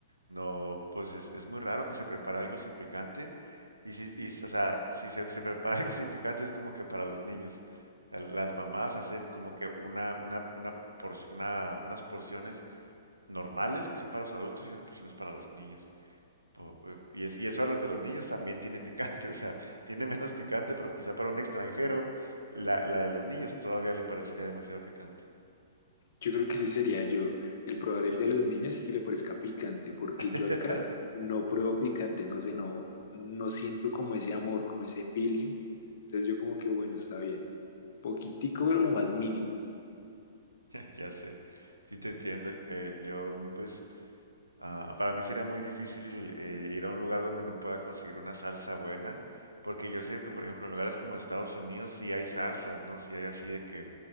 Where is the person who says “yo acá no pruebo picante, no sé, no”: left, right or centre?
Left